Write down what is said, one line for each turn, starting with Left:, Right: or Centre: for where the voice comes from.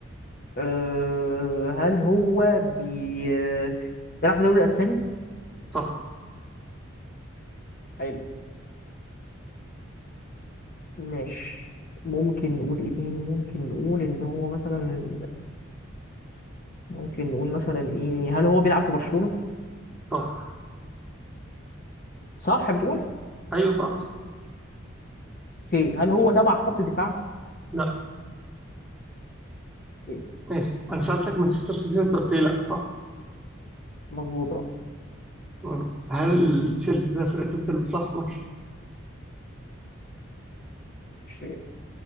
Left: أه هل هو بي آه، بيلعب في الدوري الاسباني؟
Centre: صح
Left: حلو ماشي ممكن نقول ايه تاني ممكن نقول ان هو مثلا ممكن نقول مثلا ايه هل هو بيلعب في برشلونة
Centre: صح
Left: صح بتقول
Centre: ايوه صح
Left: اوكي هل هو تبع خط الدفاع
Centre: لا
Left: اوكي
Centre: ماشي انا سألتك مانشستر سيتي وانت قلت لي لا صح
Left: مظبوط اه
Centre: مم. هل التيشيرت ده فرقته بتلبس احمر
Left: مش-